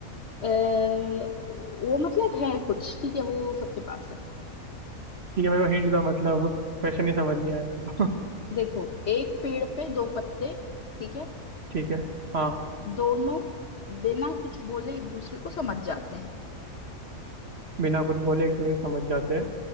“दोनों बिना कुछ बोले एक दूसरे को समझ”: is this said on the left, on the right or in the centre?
Left